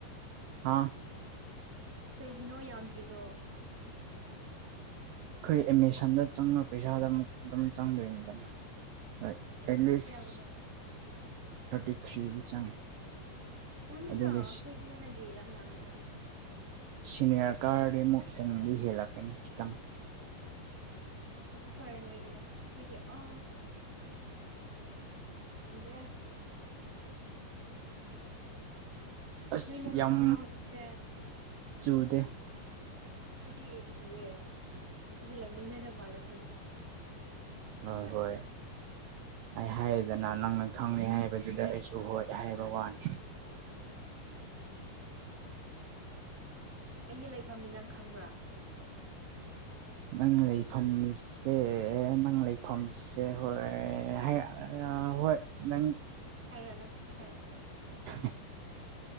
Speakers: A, on the right; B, in the centre.
A: ꯍꯥ
B: ꯀꯩꯒꯤꯅꯣ ꯌꯥꯝꯗ꯭ꯔꯤꯗꯣ
A: ꯑꯩꯈꯣꯏ ꯑꯦꯠꯃꯤꯁꯟꯗ ꯆꯪꯕ ꯄꯩꯁꯥꯗ ꯑꯃꯨꯛ ꯑꯗꯨꯝ ꯆꯪꯗꯣꯏꯅꯤꯗꯅ ꯍꯣꯏ ꯑꯦꯠꯂꯤꯁ
B: ꯀꯌꯥꯒꯨꯝꯕ ꯆ
A: ꯊꯥꯔꯇꯤ ꯊ꯭ꯔꯤꯗꯤ ꯆꯪꯉꯦ
B: ꯌꯥꯝꯃꯤꯅ
A: ꯑꯗꯨꯒꯤ
B: ꯑꯩꯈꯣꯏꯒꯤ ꯍꯦꯟꯅꯗꯤ ꯌꯥꯝ ꯌꯥꯝꯃꯦꯅ
A: ꯁꯤꯅꯦꯔ ꯀꯥꯔꯗꯤ ꯑꯃꯨꯛ ꯍꯦꯟꯗꯤ ꯍꯦꯜꯂꯛꯀꯅꯤ ꯈꯤꯇꯪ
B: ꯊꯕꯛ ꯐꯔꯦ ꯅꯣꯏꯒꯤꯅ ꯑꯩꯈꯣꯏꯗꯤ ꯑ ꯌꯥꯝꯗꯦ
A: ꯑꯁ
B: ꯅꯣꯏ ꯅꯣꯡ
A: ꯌꯥꯝ
B: ꯆꯨꯕ꯭ꯔꯥ ꯍꯧꯖꯤꯛꯁꯦ
A: ꯆꯨꯗꯦ
B: ꯑꯩꯈꯣꯏꯗꯤ ꯆꯨꯑꯦ ꯑꯩꯈꯣꯢꯖꯦ ꯂꯩꯃꯤꯟꯅꯗꯕ ꯃꯥꯜꯂꯦ ꯑꯩꯈꯣꯏꯁꯦ ꯎꯝ ꯚꯥꯞ
A: ꯑ
B: ꯇꯥꯔꯦ
A: ꯍꯣꯏ ꯑꯩ
B: ꯎꯝ
A: ꯍꯥꯏꯗꯅ ꯅꯪꯅ ꯈꯪꯅꯩ ꯍꯥꯏꯕꯗꯨꯗ ꯑꯩ ꯁꯨ ꯍꯣꯏ ꯍꯥꯏꯕꯋꯥꯅꯦ
B: ꯑꯩꯒꯤ ꯂꯩꯐꯝꯗꯤ ꯅꯪ ꯈꯪꯕ꯭ꯔꯥ
A: ꯅꯪ ꯂꯩꯐꯝꯁꯦ ꯅꯪ ꯂꯩꯐꯝꯁꯦ ꯍꯣꯏ ꯍꯥꯏ ꯑ ꯍꯣꯏ ꯅꯪ
B: ꯍꯥꯢꯔꯅꯨ ꯍꯥꯏꯔꯅꯨ
A: <inaudible>